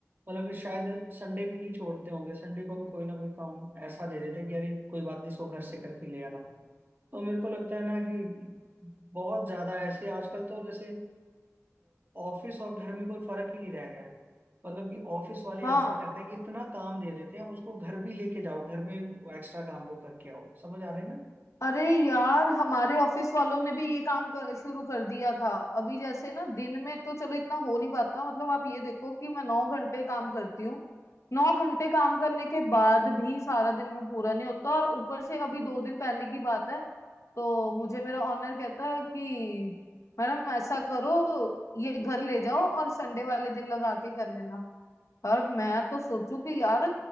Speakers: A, on the right (about 40°); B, on the left (about 70°).
A: मतलब कि शायद संडे भी नहीं छोड़ते होंगे संडे को भी कोई ना कोई काम ऐसा दे देते हैं कि अरे कोई बात नहीं इसको घर से करके ले आना तो मेरे को लगता है ना कि बहुत ज्यादा ऐसे आजकल तो जैसे ऑफिस और घर में कोई फर्क ही नहीं रह गया है मतलब कि ऑफिस वाले
B: हाँ
A: ऐसा करते हैं कि इतना काम दे देते हैं उसको घर भी लेके जाओ घर में एक्स्ट्रा काम वो करके आओ समझ आ रहे हैं ना
B: अरे यार हमारे ऑफिस वालों ने भी ये काम कर, शुरू कर दिया था अभी जैसे ना दिन में तो चलो इतना हो नहीं पाता मतलब आप ये देखो कि मैं नौ घंटे काम करती हूँ नौ घंटे काम करने के बाद भी सारा दिन में पूरा नहीं होता और ऊपर से अभी दो दिन पहले की बात है तो मुझे मेरा ऑनर कहता है कि मैडम ऐसा करो ये घर ले जाओ और संडे वाले दिन लगा के कर लेना और मैं तो सोचू कि यार